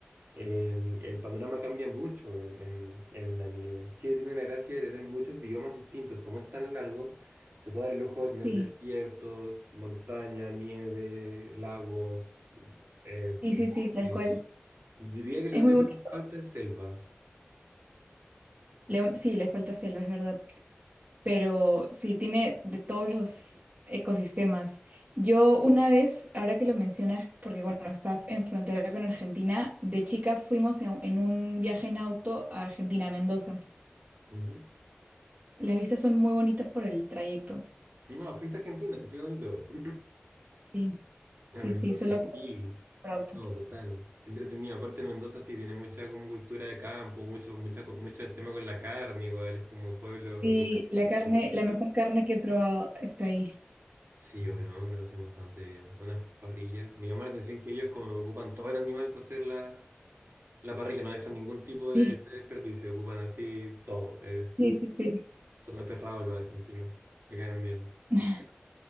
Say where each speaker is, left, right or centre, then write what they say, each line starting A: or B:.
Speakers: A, on the right; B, on the right.
A: eh, el panorama cambia mucho en, en- en la nieve. Chile tiene la gracia de tener muchos biomas distintos. Como es tan largo, se puede dar el lujo de
B: Sí,
A: tener desiertos, montaña, nieve, lagos, eh,
B: sí,
A: bosque.
B: sí, sí, tal cual.
A: Diría que lo
B: Es
A: único
B: muy bonito.
A: que nos falta es selva.
B: Le- sí, le falta selva, es verdad. pero sí tiene de todos los ecosistemas. Yo una vez, ahora que lo mencionas, porque bueno, está en frontera con Argentina, de chica fuimos en, en un viaje en auto a Argentina, a Mendoza.
A: Ujú.
B: Las vistas son muy bonitas por el trayecto.
A: No, fuiste a Argentina, qué bonito. <clears throat>
B: Sí,
A: A
B: sí,
A: Mendoza,
B: sí, solo por,
A: sí.
B: por auto.
A: No, total. Qué entretenido. Aparte, Mendoza sí tiene mucha como cultura de campo, mucho, mucha, co- mucho tema con la carne, igual. Es como pueblo
B: Sí,
A: rural.
B: la carne, la mejor carne que he probado está ahí.
A: Sí o no, lo hacen bastante bien. Unas parrillas. Me llama la atención que ellos como que ocupan todo el animal para hacer la, la parrilla, no dejan ningún tipo de,
B: Sí,
A: de desperdicio, ocupan así todo. Eh,
B: sí, sí, sí.
A: son aperrados los argentinos. Me caen bien.
B: <laughs>